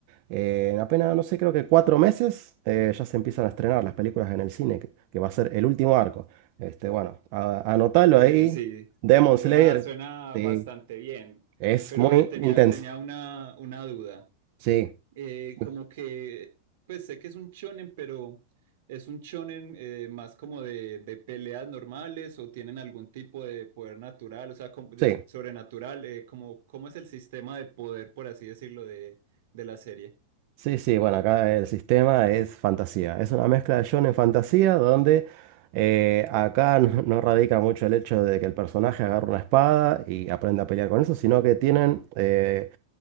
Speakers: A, on the right (about 45°); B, on the right (about 60°).
A: en apenas, no sé, creo que cuatro meses, eh, ya se empiezan a estrenar las películas en el cine, que, que va a ser el último arco. Este, bueno, a- anotalo
B: Bueno,
A: ahí.
B: sí,
A: Demon
B: suena,
A: Slayer,
B: suena
A: sí,
B: bastante bien,
A: es
B: pero
A: muy
B: eh, tenía,
A: intenso.
B: tenía una, una duda.
A: Sí,
B: Eh,
A: sí.
B: como que, pues sé que es un shonen, pero ¿es un shonen eh, más como de, de peleas normales o tienen algún tipo de poder natural, o sea, como de
A: sí.
B: sobrenatural? Eh, como, ¿cómo es el sistema de poder, por así decirlo, de, de la serie?
A: Sí, sí, bueno, acá el sistema es fantasía. Es una mezcla de shonen fantasía donde eh, acá <laughs> no, no radica mucho el hecho de que el personaje agarre una espada y aprenda a pelear con eso, sino que tienen eh,